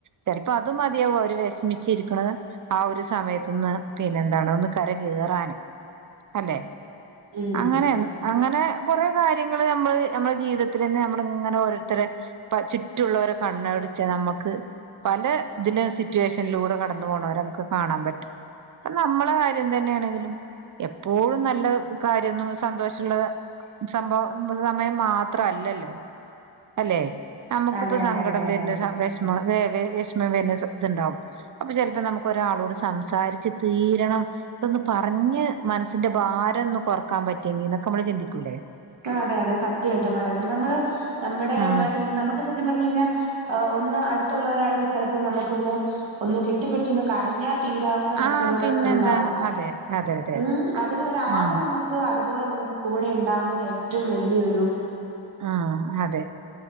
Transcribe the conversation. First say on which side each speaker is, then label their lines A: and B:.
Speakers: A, on the right; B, on the right.
A: ചെൽപ്പം അത് മതിയാവും അവെര് വെഷ്മിച്ചിരിക്ക്ണെ ആ ഒര് സമയത്ത് ന്ന് പിന്നെന്താണ് ഒന്ന് കര കേറാന് അല്ലേ
B: ഉം
A: അങ്ങെനെ എൻ അങ്ങെനെ കൊറേ കാര്യങ്ങെള് നമ്മള് ഞമ്മളെ ജീവിതത്തിലെന്നെ നമ്മള്ങ്ങെനെ ഓരോര്ത്തെര് പ്പ ചുറ്റുള്ളോരെ കണ്ണോടിച്ചാ നമക്ക് പല തില് സിറ്റുവേഷൻലൂടെ കടന്ന് പോണോരെ നമുക്ക് കാണാം പറ്റും ഇപ്പ നമ്മളെ കാര്യം തന്നേണെങ്കിലും എപ്പോഴും നല്ല കാര്യൊന്നും സന്തോഷ്ള്ളെ സംഭവം സമയം മാത്ര അല്ലല്ലോ അല്ലേ ഞമ്മക്കുപ്പ
B: അതെ അതെ
A: സങ്കടം
B: അതെ അതെ
A: വെര്ന്ന് സമേഷ് വെ വേം വെഷ്മം വെര്ന്ന സത്ത്ണ്ടാവും അപ്പ ചെൽപ്പം നമുക്കാെരാളോട് സം സാരിച്ച് തീരെണം ഇതൊന്ന് പർഞ്ഞ് മനസ്സിന്റെ ഭാരൊന്ന് കൊറ്ക്കാം പറ്റ്യെങ്കിന്നൊക്കെ മ്മള് ചിന്തിക്കൂലേ
B: ആഹ് അതെ അതെ സത്യായിട്ട് പറയ്ന്ന് നമ്മള് നമ്മടേ
A: ഉം
B: മനസ് നമുക്ക് സത്യം പറഞ്ഞഴിഞ്ഞാ ഏഹ് ഒന്ന് അടുത്തുള്ളവരാണെങ്കി ചെലപ്പം നമുക്കൊന്ന് ഒന്ന് കെട്ടിപ്പിടിച്ചൊന്ന് കരഞ്ഞാ തീരാവുന്ന പ്രശ്നങ്ങെള്
A: ആ പിന്നെന്താ
B: ഉണ്ടാവും
A: അതെ അതെ അതെ
B: ഉം
A: അതെ
B: അതിനൊരാള്
A: ആ
B: നമുക്ക് അതുപോലെ നമുക്ക് കൂടെ ഇണ്ടാവുന്നത് ഏറ്റവും വല്യൊരു
A: ആഹ് അതെ